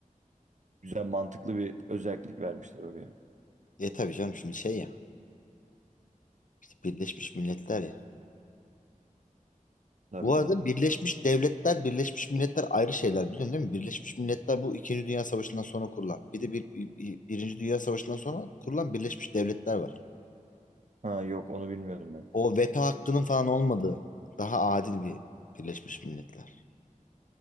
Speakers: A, on the right (about 60°); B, on the left (about 65°).
A: Güzel mantıklı bir özellik vermişler oraya.
B: E tabii canım şimdi şey ya işte Birleşmiş Milletler ya.
A: Tabii
B: Bu arada
A: doğru.
B: Birleşmiş Devletler, Birleşmiş Milletler ayrı şeyler biliyorsun değil mi? Birleşmiş Milletler bu İkinci Dünya Savaşı'ndan sonra kurulan. Bir de bir, bir- Birinci Dünya Savaşı'ndan sonra kurulan Birleşmiş Devletler var.
A: Ha yok onu bilmiyordum ben.
B: O veto hakkının falan olmadığı daha adil bir Birleşmiş Milletler.